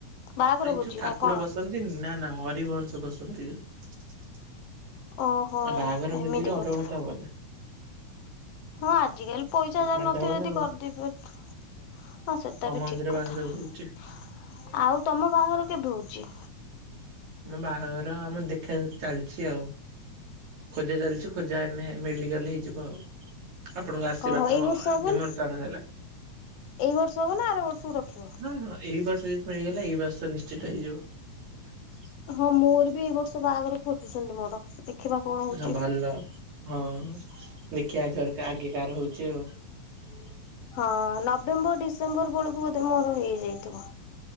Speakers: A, on the left; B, on the right.
A: ବାହାଘର
B: ଏଇ
A: ଭୋଜି
B: ଯୋଉ ଠାକୁର
A: ନା କଣ?
B: ବସନ୍ତିନି ନା ନା ହରିବଂଶ। <unintelligible>
A: ଓହୋ
B: ବାହାଘର
A: ଏମିତି
B: ଭୋଜି ରେ ଅରୁଆ
A: କଥା
B: ଭାତ ହବନା।
A: ହଁ ଆଜିକାଲି ପଇସା ଯାହାର
B: ମାଡ
A: ନଥିବେ
B: ହବ
A: ଯଦି
B: ନା ଆଉ।
A: କରି <unintelligible> ହଁ ସେଟା
B: ଆମ
A: ବି
B: ମନ୍ଦିର
A: ଠିକ୍ କଥା
B: ବାହାଘର ହଉଛି
A: ଆଉ ତମ ବାହାଘର କେବେ ହଉଛି?
B: ମୋ ବାହାଘର ଆମ ଦେଖାଦେଖି ଚାଲିଛି ଆଉ। ଖୋଜା ଚାଲିଛି ଖୋଜା ହେନେ ମିଳିଗଲେ ହେଇଯିବ ଆଉ। ଆପଣଙ୍କୁ, ଆସିବ
A: ଓହୋ
B: ଆପଣ
A: ଏଇ ବର୍ଷ ହବ
B: ନିମନ୍ତ୍ରଣ
A: ନା
B: ହେଲା।
A: ଏଇ ବର୍ଷ ହବ ନା ଆର ବର୍ଷକୁ ରଖିବ?
B: ହଁ ହଁ ଏଇ ବର୍ଷ ଯଦି ମିଳିଗଲା। ଏଇ ବର୍ଷ ତ ନିଶ୍ଚିତ ହେଇଯିବ।
A: ହଁ, ମୋର ବି ଏଇ ବର୍ଷ ବାହାଘର ଖୋଜୁଛନ୍ତି ମୋର। ଦେଖିବା କଣ ହଉଛି।
B: ହଁ, ଭଲ। ହଁ, ଦେଖିବା ଘର ଆଗେ କାର ହଉଛି? ଚିଓ
A: ହଁ, ନଭେମ୍ବର ଡିସେମ୍ବର ବେଳକୁ ବୋଧେ ମୋର ହେଇଯାଇଥିବ?